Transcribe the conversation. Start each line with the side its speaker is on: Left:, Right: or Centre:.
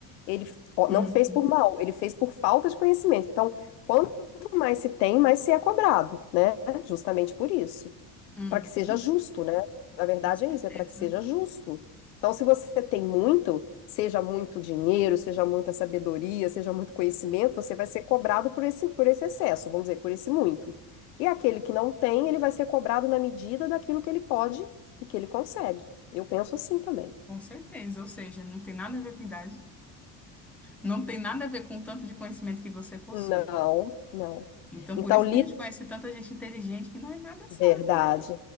Left: Ele f- ó,
Centre: Uhum,
Left: não fez por mal, ele fez por falta de conhecimento. Então, quanto mais se tem, mais se é cobrado, né? Justamente por isso
Centre: uhum,
Left: para que seja justo, né? Na verdade
Centre: com certeza.
Left: é isso, é para que seja justo. Então, se você tem muito, seja muito dinheiro, seja muita sabedoria, seja muito conhecimento, você vai ser cobrado por esse, por esse excesso, vamos dizer, por esse muito. E aquele que não tem, ele vai ser cobrado na medida daquilo que ele pode e que ele consegue. Eu penso assim também.
Centre: Com certeza. Ou seja, não tem nada a ver com idade, não tem nada a ver com o tanto de conhecimento que você possui.
Left: Não, não.
Centre: Então,
Left: Então,
Centre: por isso
Left: li
Centre: que a gente conhece tanta gente inteligente que não é nada
Left: Verdade.
Centre: sábia, né?